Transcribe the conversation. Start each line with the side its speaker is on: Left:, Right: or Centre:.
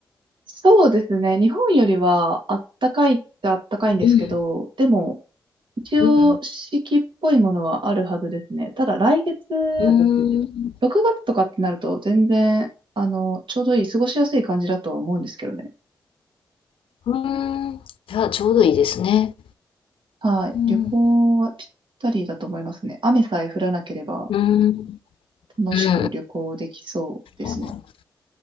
Right: そうですね。日本よりはあったかいってあったかいんですけど、
Left: うん
Right: でも一応四季っぽいものはあるはずですね。
Left: うん
Right: ただ来月、
Left: うーん
Right: 6月とかってなると全然、あの、ちょうどいい、過ごしやすい感じだとは思うんですけどね。
Left: うーん。じゃあ、ちょうどいいですね。
Right: はい。
Left: うん、
Right: 旅行はぴったりだと思いますね。雨さえ降らなければ
Left: うん。うん
Right: 楽しく旅行できそうですね。
Left: うんうん。